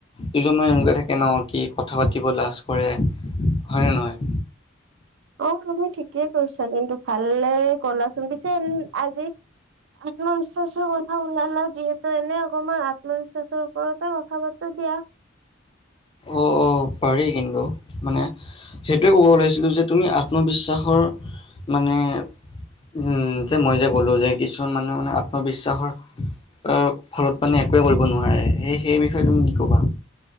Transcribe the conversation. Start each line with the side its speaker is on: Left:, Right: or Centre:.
Left: দুজনমান এনেকুৱা থাকে ন কি কথা পাতিব লাজ কৰে হয় নে নহয়।
Right: অ তুমি ঠিকেই কৈছা কিন্তু ভালে কলাচোন পিছে আজি আত্ম বিশ্বাসৰ কথা ওলালা যিহে ত এনে অকমমান আত্মবিশ্বাসৰ ওপৰতে কথা পাতো দিয়া।
Left: অ অ পাৰি কিন্তু মানে সেইটোৱে ক'ব ওলাইছিলোঁ যে তুমি আত্মবিশ্বাসৰ মানে উম যে মই যে ক'লো যে কিছুমান মানুহে মানে আত্মবিশ্বাসৰ অ ফলত মানে একোৱে কৰিব নোৱাৰে সেই সেই বিষয়ে তুমি কি কবা?